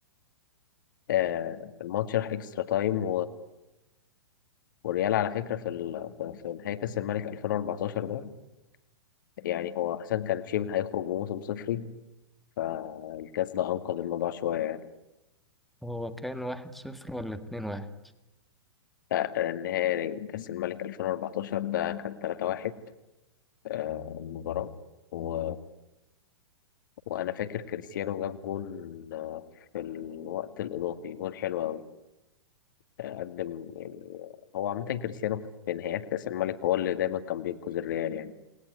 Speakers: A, on the left (about 50°); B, in the centre.
A: آه الماتش راح إكسترا تايم والريال على فكرة في ال... في في نهائي كأس الملك 2014 ده يعني هو أساسا كان شبه هيخرج بموسم صفري فالكأس ده أنقذ الموضوع شوية يعني
B: هو كان واحد صفر ولا اتنين واحد
A: لا، النهائي كأس الملك 2014 ده كان 3-1 آه، المباراة و... وأنا فاكر كريستيانو جاب جون آه، في الوقت الإضافي جون حلو أوي آه، قدم يعني هو عامة كريستيانو في نهايات كأس الملك هو اللي دايما كان بينقذ الريال يعني